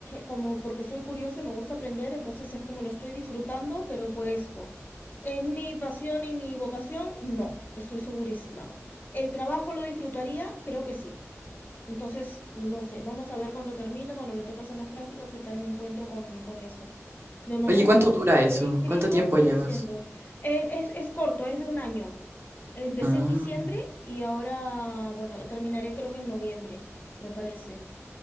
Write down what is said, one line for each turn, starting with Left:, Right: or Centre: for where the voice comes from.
Left: como porque soy curiosa y me gusta aprender, entonces es como lo estoy disfrutando, pero por esto. ¿Es mi pasión y mi vocación? No, estoy segurísima. ¿El trabajo lo disfrutaría? Creo que sí. Entonces, no sé, vamos a ver cuando termine, cuando me toque hacer las prácticas, qué tal me encuentro con, con eso. De momento
Right: Oye, ¿cuánto dura eso?
Left: me he inscrito,
Right: ¿Cuánto tiempo
Left: voy
Right: llevas?
Left: haciendo. Eh, es, es corto, es de un año. Empecé
Right: Ah,
Left: en diciembre y ahora, bueno, terminaré creo que en noviembre, me parece.